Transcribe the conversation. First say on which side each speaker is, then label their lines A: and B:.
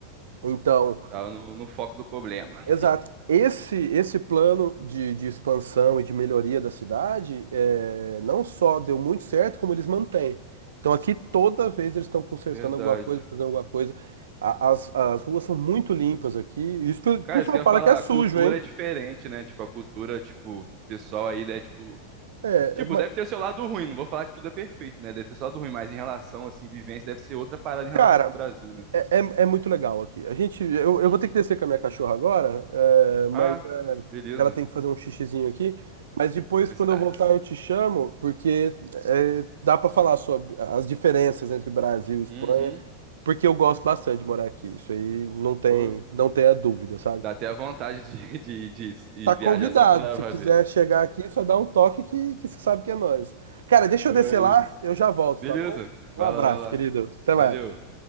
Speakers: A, on the right; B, on the right.
A: Então,
B: tava no, no foco do problema.
A: Exato. Esse, esse plano de, de expansão e de melhoria da cidade é, não só deu muito certo, como eles mantêm. Então aqui toda vez eles estão consertando
B: Verdade.
A: alguma coisa, fazendo alguma coisa. A- As, as ruas são muito limpas aqui. Isso que o
B: Cara,
A: pessoal
B: isso que eu
A: fala
B: ia falar,
A: que é sujo,
B: a cultura
A: hein?
B: é diferente, né? Tipo, a cultura, tipo, pessoal aí, né? Tipo,
A: É,
B: tipo,
A: mas,
B: deve ter o seu lado ruim, não vou falar que tudo é perfeito, né? Deve ter o seu lado ruim, mas em relação, assim, vivência, deve ser outra parada em
A: cara,
B: relação ao Brasil, né?
A: É, é, é muito legal aqui. A gente, eu,
B: Uhum.
A: eu vou ter que descer com a minha cachorra agora, é, mas
B: Ah,
A: é,
B: beleza.
A: ela tem que fazer um xixizinho aqui. Mas depois,
B: Necessidades.
A: quando eu voltar, eu te chamo, porque é, dá para falar sobre as diferenças entre Brasil e Espanha,
B: Uhum.
A: porque eu gosto bastante de morar aqui. Isso aí não tem,
B: Pô.
A: não tem a dúvida, sabe?
B: Dá até a vontade de, <laughs> de, de ir
A: Tá convidado.
B: viajar só pra
A: Se
B: lá pra
A: quiser
B: ver.
A: chegar aqui, só dá um toque que, que você sabe que é nós. Cara, deixa
B: É
A: eu descer
B: isso.
A: lá, eu já volto,
B: Beleza.
A: tá bom? Um
B: Vai
A: abraço,
B: lá, vai lá.
A: querido. Até
B: Valeu.
A: mais.